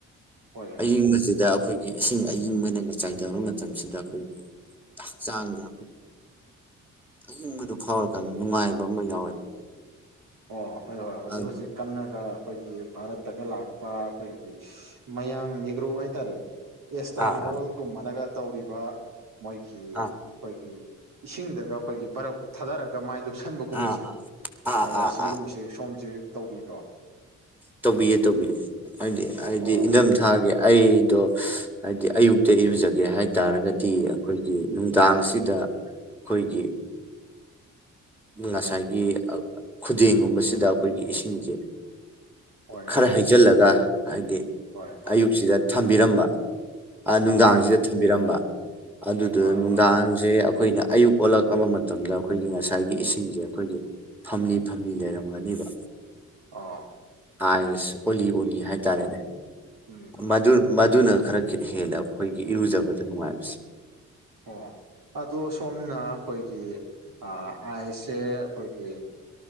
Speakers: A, on the right; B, in the centre.
A: ꯍꯣꯏ
B: ꯑꯌꯤꯡꯕꯁꯤꯗ
A: ꯍꯣꯏ
B: ꯑꯩꯈꯣꯏꯒꯤ ꯏꯁꯤꯡ ꯑꯌꯤꯡꯕꯅꯒ ꯆꯥꯏꯊꯕ ꯃꯇꯝꯁꯤꯗ ꯑꯩꯈꯣꯏꯒꯤ ꯍꯛꯆꯥꯡꯅ ꯑꯏꯪꯕꯗꯨ ꯐꯥꯎꯔꯀꯥꯟꯗ ꯅꯨꯡꯉꯥꯏꯕ ꯑꯃ ꯌꯥꯎꯋꯦ
A: ꯑꯣ ꯍꯣꯏ ꯍꯣꯏ ꯍꯧꯖꯤꯛ
B: ꯑꯥ
A: ꯍꯧꯖꯤꯛ ꯀꯟꯅꯒ ꯑꯩꯈꯣꯏꯒꯤ ꯚꯥꯔꯠꯇꯒ ꯂꯥꯛꯄ ꯑꯩꯈꯣꯏꯒꯤ ꯃꯌꯥꯡ ꯅꯤꯒ꯭ꯔꯣ ꯍꯥꯏꯇꯥꯔꯦꯅꯦ ꯑꯦꯁꯇ꯭ꯔꯟ
B: ꯑꯥ
A: ꯍꯣꯜꯒꯨꯝꯕꯅꯒ
B: ꯑꯥ
A: ꯇꯧꯔꯤꯕ ꯃꯣꯏꯒꯤ ꯑꯩꯈꯣꯏꯒꯤ
B: ꯑꯥ
A: ꯏꯁꯤꯡꯗꯒ ꯑꯩꯈꯣꯏꯒꯤ ꯕꯔꯛ ꯊꯥꯗꯔꯒ ꯃꯥꯏ ꯂꯨꯞꯁꯟꯕꯒꯨꯝꯕꯁꯦ
B: ꯑꯥ ꯑꯥ
A: ꯑꯗ
B: ꯑꯥ
A: ꯑꯁꯤꯒꯨꯝꯕꯕꯁꯤꯦ
B: ꯑꯥ
A: ꯁꯣꯝꯁꯦ ꯇꯧꯕꯤꯕ꯭ꯔꯣ
B: ꯇꯧꯕꯤꯌꯦ ꯇꯧꯕꯤꯌꯦ ꯍꯥꯏꯗꯤ ꯍꯥꯏꯗꯤ
A: ꯑꯣ
B: ꯏꯟꯊꯝ ꯊꯥꯒꯦ ꯑꯩ ꯑꯗꯣ ꯍꯥꯏꯗꯤ ꯑꯌꯨꯛꯇ ꯏꯔꯨꯖꯒꯦ ꯍꯥꯏꯇꯥꯔꯒꯗꯤ ꯑꯩꯈꯣꯏꯒꯤ ꯅꯨꯡꯗꯥꯡꯁꯤꯗ ꯑꯩꯈꯣꯏꯒꯤ ꯉꯁꯥꯏꯒꯤ ꯈꯨꯗꯦꯡꯒꯨꯝꯕꯁꯤꯗ ꯑꯩꯈꯣꯏꯒꯤ ꯏꯁꯤꯡꯁꯦ
A: ꯍꯣꯏ
B: ꯈꯔ
A: ꯍꯣꯏ
B: ꯍꯩꯖꯤꯜꯂꯒ ꯍꯥꯏꯕꯗꯤ
A: ꯍꯣꯏ ꯍꯣꯏ
B: ꯑꯌꯨꯛꯁꯤꯗ ꯊꯝꯕꯤꯔꯝꯕ ꯅꯨꯡꯗꯥꯡꯁꯤꯗ
A: ꯑꯣ
B: ꯊꯝꯕꯤꯔꯝꯕ ꯑꯗꯨꯗ
A: ꯍꯣꯏ
B: ꯅꯨꯡꯗꯥꯡꯁꯦ
A: ꯍꯣꯏ
B: ꯑꯩꯈꯣꯏꯅ ꯑꯌꯨꯛ ꯑꯣꯜꯂꯛꯑꯕ ꯃꯇꯝꯗ ꯑꯩꯈꯣꯏꯒꯤ ꯉꯁꯥꯏꯒꯤ ꯏꯁꯤꯡꯁꯦ ꯑꯩꯈꯣꯏꯒꯤ ꯐꯝꯂꯤ ꯐꯝꯂꯤ ꯂꯩꯔꯝꯒꯅꯦꯕ
A: ꯑꯥ
B: ꯑꯥꯏꯁ ꯑꯣꯂꯤ ꯑꯣꯂꯤ ꯍꯥꯏꯇꯥꯔꯦꯅꯦ
A: ꯎꯝ
B: ꯃꯗꯨ ꯃꯗꯨꯅ ꯈꯔ ꯈꯤꯇ ꯍꯦꯜꯂꯦ ꯑꯩꯈꯣꯏꯒꯤ ꯏꯔꯨꯖꯕꯗ ꯅꯨꯡꯉꯥꯏꯕꯁꯦ
A: ꯑ ꯑꯗꯣ ꯁꯣꯝꯅ ꯑꯩꯈꯣꯏꯒꯤ ꯑꯥꯏꯁꯁꯦ ꯑꯩꯈꯣꯏꯒꯤ